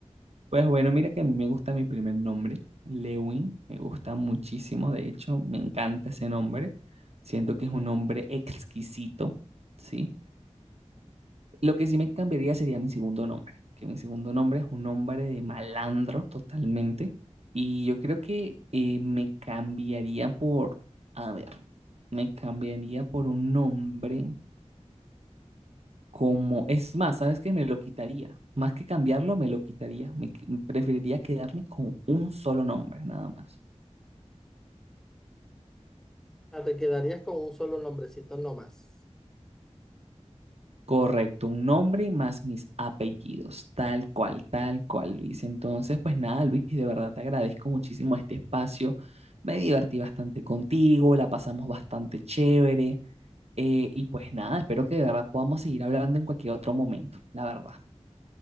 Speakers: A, on the right; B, in the centre.
A: Pues bueno, mira que a mí me gusta mi primer nombre, Lewin, me gusta muchísimo, de hecho, me encanta ese nombre. Siento que es un nombre exquisito, ¿sí? Lo que sí me cambiaría sería mi segundo nombre, que mi segundo nombre es un nombre de malandro totalmente. Y yo creo que eh, me cambiaría por, a ver, me cambiaría por un nombre como, es más, ¿sabes qué? Me lo quitaría. Más que cambiarlo, me lo quitaría. Me qu- preferiría quedarme con un solo nombre, nada más.
B: Ah, ¿Te quedarías con un solo nombrecito nomás?
A: Correcto, un nombre más mis apellidos, tal cual, tal cual, Luis. Entonces, pues nada, Luis, de verdad te agradezco muchísimo este espacio. Me divertí bastante contigo, la pasamos bastante chévere. eh, y pues nada, espero que de verdad podamos seguir hablando en cualquier otro momento, la verdad.